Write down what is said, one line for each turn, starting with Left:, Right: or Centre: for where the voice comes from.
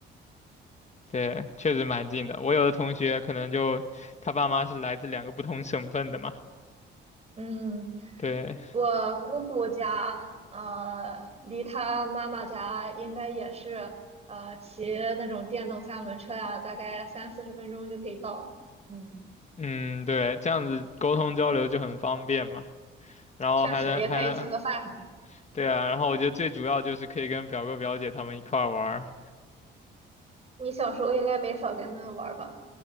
Left: 对，确实蛮近的。我有的同学可能就他爸妈是来自两个不同省份的嘛，
Right: 嗯，
Left: 对，
Right: 我姑姑家，呃，离她妈妈家应该也是，呃，骑那种电动三轮车呀，大概三四十分钟就可以到。嗯，
Left: 嗯，对，这样子沟通交流就很方便嘛。然后还能还能，
Right: 确实，也可以蹭个饭什么的。
Left: 对啊，然后我觉得最主要就是可以跟表哥表姐他们一块儿玩儿
Right: 你小时候应该没少跟他们玩儿吧？